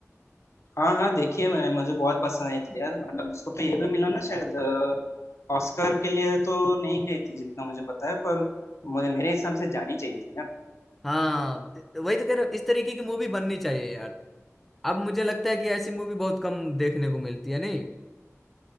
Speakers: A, on the left (about 60°); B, in the centre.
A: हाँ हाँ देखिए मैं मुझे बहुत पसंद आई थी यार मतलब उसको तो ये भी मिला ना शायद अ, ऑस्कर के लिए तो नहीं गई थी जितना मुझे पता है पर मुझे मेरे हिसाब से जानी चाहिए थी यार
B: हाँ तो वही तो कह रहा हूँ इस तरीके की मूवी बननी चाहिए यार अब मुझे लगता है कि ऐसी मूवी बहुत कम देखने को मिलती है नहीं